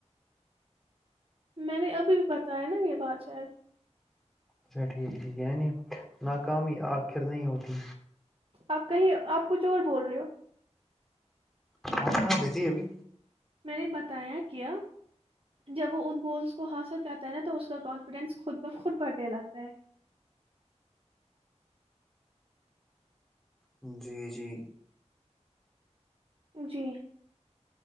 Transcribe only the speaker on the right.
میں نے ابھی بھی بتایا نا یہ بات شاید
آپ کہیں آپ کچھ اور بول رہے ہو
میں نے بتایا کیا جب وہ ان گولس کو حاصل کرتا ہے نا تو اس کا کانفیڈینس خود بہ خود بہڑنے لگتا ہے
جی